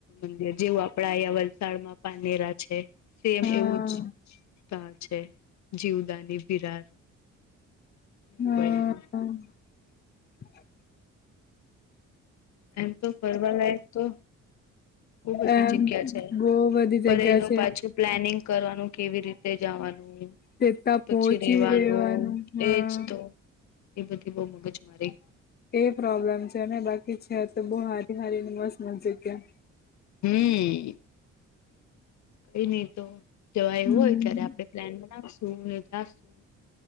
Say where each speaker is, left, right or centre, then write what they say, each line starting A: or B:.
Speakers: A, on the left; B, on the left.
A: મંદિર જેવું આપડા આયા વલસાડમાં પાનેરા છે. સેમ
B: હા
A: એવું જ તાં છે. જીવદાની વિરાર. <unintelligible>
B: હા <inaudible>
A: એમતો ફરવા લાયક તો, બહુ બધી
B: એમ
A: જગ્યા છે.
B: બો બધી
A: પર
B: જગ્યા
A: એનો
B: છે
A: પાછો પ્લાનિંગ કરવાનું કેવી રીતે જવાનું ને
B: તે ત્યાં
A: એ
B: પહોંચી
A: પછી રેવાનું.
B: હા
A: એજ તો. એ બધી બહુ મગજમારી
B: એ પ્રોબ્લેમ છે ને બાકી છે તો બહુ હારી હારી ને મસ્ત મસ્ત જગ્યા.
A: હમ્મ કંઈ નઈ તો જવાય
B: હમ
A: એવું હોય ત્યારે આપડે પ્લાન બનાવશું ને જાશું